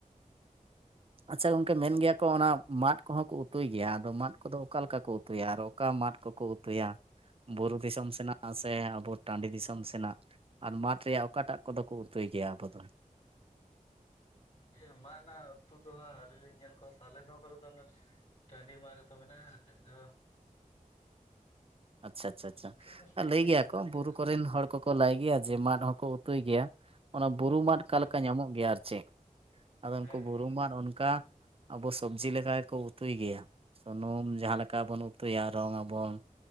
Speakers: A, on the right (about 40°); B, on the left (about 50°).
A: ᱟᱪᱪᱷᱟ ᱜᱚᱝᱠᱮ ᱢᱮᱱ ᱜᱮᱭᱟ ᱠᱚ ᱚᱱᱟ ᱢᱟᱫ ᱠᱚᱦᱚᱸ ᱠᱚ ᱩᱛᱩᱭ ᱜᱮᱭᱟ ᱟᱫᱚ ᱢᱟᱫ ᱠᱚᱫᱚ ᱚᱠᱟ ᱞᱮᱠᱟ ᱠᱚ ᱼᱼ ᱩᱛᱩᱭᱟ ᱟᱨ ᱚᱠᱟ ᱢᱟᱫ ᱠᱚᱠᱚ ᱩᱛᱩᱭᱟ ᱵᱩᱨᱩ ᱫᱤᱥᱚᱢ ᱥᱮᱱᱟᱜᱼᱼ ᱟ ᱥᱮ ᱟᱵᱚ ᱴᱟᱸᱰᱤ ᱫᱤᱥᱚᱢ ᱥᱮᱱᱟᱜ ᱟᱨ ᱢᱟᱫ ᱨᱮᱭᱟᱜ ᱚᱠᱟ ᱴᱟᱜ ᱠᱚᱫᱚ ᱠᱚ ᱩᱛᱩᱭ ᱜᱮᱭᱟ ᱟᱵᱚ ᱫᱚ?
B: ᱮᱨ ᱢᱟᱜ ᱚᱱᱟ ᱩᱛᱩ ᱫᱚ ᱦᱟᱸᱜ ᱟᱹᱣᱨᱤ ᱞᱤᱧ ᱧᱮᱞ ᱠᱚᱣᱟ ᱯᱟᱞᱮ ᱱᱚᱶᱟ ᱠᱚᱨᱮ ᱫᱚ ᱚᱱᱮᱼᱼ ᱴᱟᱺᱰᱤ ᱢᱟᱜ ᱜᱮᱛᱚ ᱢᱮᱱᱟᱜ-ᱟ ᱠᱷᱟᱡ ᱫᱚᱼᱼ
A: ᱟᱪᱪᱷᱟ ᱟᱪᱷᱟ ᱪᱷᱟ
B: ᱫᱚ
A: ᱟᱸᱻ
B: ᱵᱟᱹᱞᱤᱧ
A: ᱞᱟᱹᱭ ᱜᱮᱭᱟ ᱠᱚ
B: ᱧᱮᱞ
A: ᱵᱩᱨᱩ
B: ᱠᱟᱜ
A: ᱠᱚᱨᱮᱱ ᱦᱚᱲ ᱠᱚᱼᱼ ᱠᱚ ᱞᱟᱹᱭ ᱜᱮᱭᱟ ᱡᱮ ᱢᱟᱫ ᱦᱚᱸᱠᱚ ᱩᱛᱩᱭ ᱜᱮᱭᱟ ᱚᱱᱟ ᱵᱩᱨᱩ ᱢᱟᱫ ᱚᱠᱟ
B: ᱦᱮᱸ
A: ᱞᱮᱠᱟ ᱧᱟᱢᱚᱜ ᱜᱮᱭᱟ ᱟᱨ ᱪᱮᱜᱼᱼ ᱟᱫᱚ ᱩᱱᱠᱩ
B: ᱦᱮᱸ ᱦᱮᱸ
A: ᱵᱩᱨᱩᱢᱟᱱ ᱚᱱᱠᱟ ᱟᱵᱚ ᱥᱚᱵᱡᱤ ᱞᱮᱠᱟ ᱜᱮᱠᱚ ᱩᱛᱩᱭ ᱜᱮᱭᱟ ᱥᱩᱱᱩᱢ ᱡᱟᱦᱟᱸ ᱞᱮᱠᱟ ᱵᱚᱱ ᱩᱛᱩᱭᱟ ᱨᱚᱝ ᱟᱵᱚᱱ